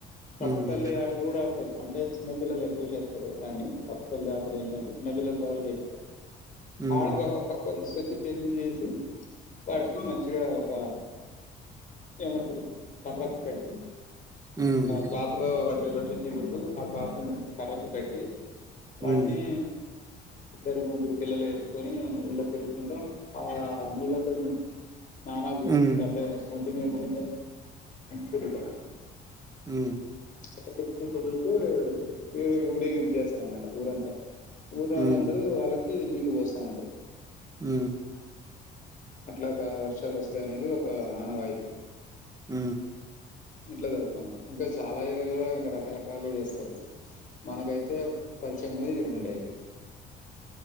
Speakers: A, on the left; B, on the right.
A: కప్పతల్లి
B: హ్మ్
A: ఆటలు కూడా ఆడుతది అంటే చిన్న పిల్లలు ఎక్కువ చేస్తారు. కాని కప్పతల్లి ఆటలు ఏంటంటే చిన్నపిల్లల ద్వారా చెప్
B: హ్మ్
A: ఆళ బాగా కప్పం సచి పెళ్లిచేసి వాటిని మంచిగా ఒక ఏమంటరు కటకు కట్టి
B: హ్మ్
A: క్లాత్ లో పడ్ రెండిటిని పెట్టి ఆ క్లత్ ని కర్రకు పెట్టి వాటిని
B: హ్మ్
A: ఇద్దరు ముగ్గురు పిల్లలు ఎత్తుకొని ఇళ్ళ తిరుకుంటా ఆ నీళ్ళతోనే స్నానాలు జేసుకుంటఅంటే
B: హ్మ్
A: వస్తుంటే మేము తిరుగుతం.
B: ఉ
A: <unintelligible> తిప్పి ఊరేగింపు చేస్తారనమాట ఊరంతా వూర్లో
B: హ్మ్
A: వాళ్ళందరు వాళ్ళకి నీళ్ళు పోస్తా ఉంటారు
B: ఉ
A: అట్లాగా వర్షాలు వస్తాయానేది ఒక ఆనవాయితీ
B: ఉ
A: ఇట్లా జరుగుతా ఉంటది ఇంకా చాలా ఏరియాలలో ఇంకా రకరకాలు చేస్తారు, మనకైతే పరిచయం ఉండేది ఇవి రెండే ఇగ